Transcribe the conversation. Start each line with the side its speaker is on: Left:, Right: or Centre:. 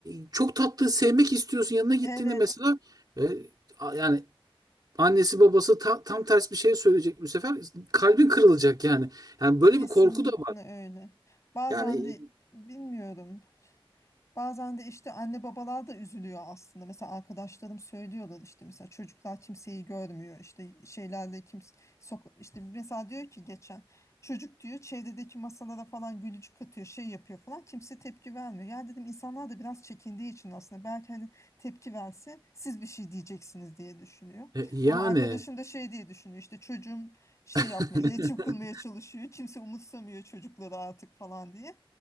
Right: e, çok tatlı sevmek istiyorsun. Yanına gittiğinde
Left: Evet,
Right: mesela e, a- yani annesi babası ta- tam ters bir şey söyleyecek bu sefer. Kalbin kırılacak yani. Yani böyle
Left: kesinlikle
Right: bir korku da var.
Left: öyle. Bazen
Right: Yani
Left: de bilmiyorum. Bazen de işte anne babalar da üzülüyor aslında. Mesela arkadaşlarım söylüyorlar işte mesela çocuklar kimseyi görmüyor. işte şeylerle kimse sok işte mesela diyor ki geçen çocuk diyor çevredeki masalara falan gülücük katıyor, şey yapıyor falan kimse tepki vermiyor. Ya dedim insanlar da biraz çekindiği için aslında belki hani tepki verse siz bir şey diyeceksiniz diye düşünüyor.
Right: E, yani
Left: Ama arkadaşım da şey diye düşünüyor işte çocuğum şey
Right: <laughs>
Left: yapmaya, iletişim kurmaya çalışıyor. Kimse umursamıyor çocukları artık falan diye.